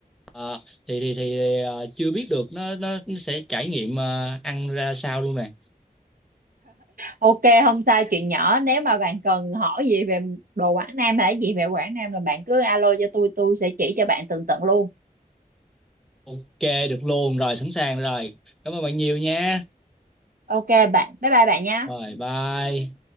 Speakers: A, in the centre; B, on the right (about 70°).
A: ờ, thì thì thì ờ, chưa biết được nó nó, nó sẽ trải nghiệm ờ, ăn ra sao luôn nè.
B: ok không sai chuyện nhỏ nếu mà bạn cần hỏi gì về đồ Quảng Nam hay gì về Quảng Nam là bạn cứ alo cho tôi tôi sẽ chỉ cho bạn tường tận luôn
A: Ok được luôn rồi sẵn sàng rồi. Cảm ơn bạn nhiều nha.
B: ok bạn bye bye bạn nha
A: Rồi bye.